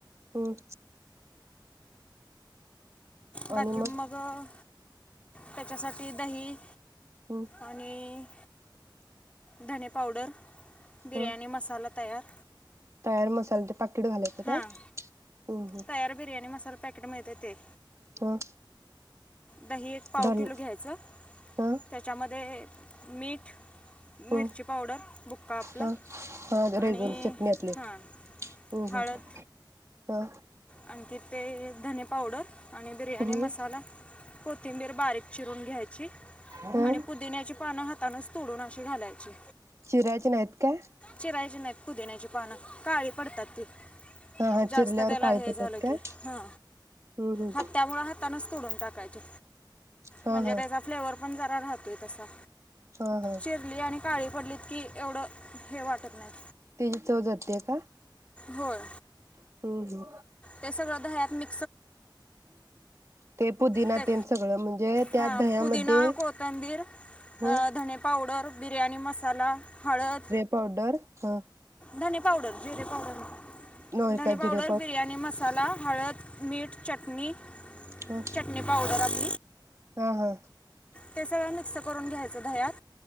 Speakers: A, on the right; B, on the left.
A: हम्म.
B: बाकी
A: आणि मग
B: मगं त्याच्यासाठी दही
A: हम्म
B: आणि धणे पावडर बिर्याणी
A: हा
B: मसाला तयार
A: तयार मसाल तर पाकीट घालायचं
B: हां
A: काय? हम्म
B: तयार बिरयाणी मसाला पॅकेट मिळतंय ते.
A: हा.
B: दही एक पाव
A: धन
B: किलो घ्यायचं
A: हा
B: त्याच्यामध्ये मीठ मिरची
A: ह
B: पावडर बुक्का आपला
A: हा हा रेगुलर
B: आणि
A: चटणी आपली
B: हा
A: हम्म
B: हळद.
A: हम्म हा
B: आणखी ते धने पावडर आणि बिर्याणी
A: हम्म
B: मसाला कोथिंबीर बारीक चिरून घ्यायची
A: हा
B: आणि पुदिन्याची पानं हाताानच तोडून अशी घालायची
A: चिरायचे नाहीत काय?
B: चिरायचे नाहीत पुदिण्याची पानं काळी पडतात ती
A: हा हा
B: जास्त
A: चिरल्यावर
B: त्याला
A: काळे
B: हे
A: पडतात
B: झालं
A: काय
B: की ह
A: हम्म हम्म
B: हत्यामुळ हातानचं तोडून टाकायची.
A: हा
B: म्हणजे
A: हा
B: त्याचा फ्लेवर पण जरा राहतोय तसा.
A: हा हा
B: चिरली आणि काळी पडलीत की एवढं हे वाटत नाही.
A: त्याची चव जाते का?
B: होय.
A: हम्म हम्म
B: ते सगळं दह्यात मी
A: ते पुदिना
B: ते
A: तेन सगळं म्हणजे त्या
B: हां
A: दह्यामध्ये
B: पुदिना कोथिंबीर
A: म
B: अ, धणे पावडर बिर्याणी मसाला हळद
A: पावडर ह.
B: धने पावडर जिरे पावडर नाही.
A: नव्हे
B: धने
A: का
B: पावडर,
A: जिरे
B: बिर्याणी मसाला हळद, मीठ, चटणी
A: ह
B: चटणी पावडर आपल.
A: हा हा.
B: ते सगळं मिक्स करून घ्यायचं दह्यात